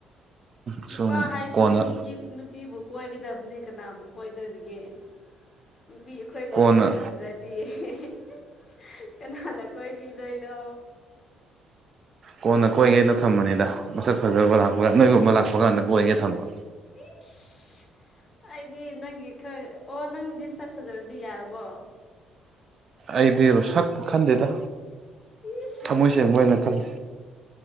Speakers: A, on the right; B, on the left.
A: ꯁꯨꯝ
B: ꯅꯨꯄꯥ ꯍꯥꯏꯁꯤꯗꯤ
A: ꯀꯣꯟꯅ
B: ꯅꯨꯄꯤ ꯅꯨꯄꯤꯕꯨ ꯀꯣꯏꯒꯗꯕꯅꯦ ꯀꯅꯥꯕꯨ ꯀꯣꯏꯗꯣꯔꯤꯒꯦ ꯅꯨꯄꯤ ꯑꯩꯈꯣꯏꯕꯨ
A: ꯀꯣꯟꯅ
B: ꯀꯣꯏꯕꯤꯗ꯭ꯔꯗꯤ ꯍꯦꯍꯦꯍꯦ ꯀꯅꯥꯅ ꯀꯣꯏꯕꯤ ꯗꯣꯢꯅꯣ
A: ꯀꯣꯟꯅ ꯀꯣꯏꯒꯦꯅ ꯊꯝꯕꯅꯤꯗ ꯃꯁꯛ ꯐꯖꯕ ꯂꯥꯛꯄ ꯅꯣꯏꯒꯨꯝꯕ ꯂꯥꯛꯄ ꯀꯥꯟꯗ ꯀꯣꯏꯒꯦ ꯊꯝꯕ
B: ꯏꯁ ꯑꯩꯗꯤ ꯅꯪꯒꯤ ꯈꯔ ꯑꯣ ꯅꯪꯗꯤ ꯁꯛ ꯐꯖꯔꯗꯤ ꯌꯥꯔꯕꯣ
A: ꯑꯩꯗꯤꯔꯣ ꯁꯛ ꯈꯟꯗꯦꯗ
B: ꯏꯁ
A: ꯊꯝꯃꯣꯏ ꯁꯦꯡꯕ ꯑꯣꯏꯅ ꯈꯜꯂꯤ